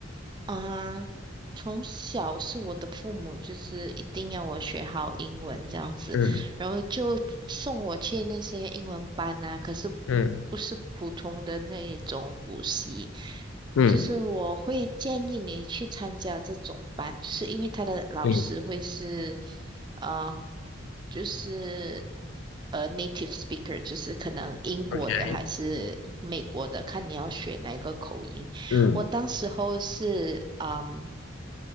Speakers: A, on the right; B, on the left.
A: 啊，从小是我的父母就是一定要我学好英文这样子，
B: 嗯
A: 然后就送我去那些英文班啊，可是
B: 嗯
A: 不是普通的那种补习，
B: 嗯
A: 就是我会建议你去参加这种班，就是因为他的老师会是，
B: 嗯
A: 呃，就是呃 native speaker，就是可能英国的还是美国的，
B: ，OK，
A: 看你要学哪一个口音。
B: 嗯，
A: 我当时候是嗯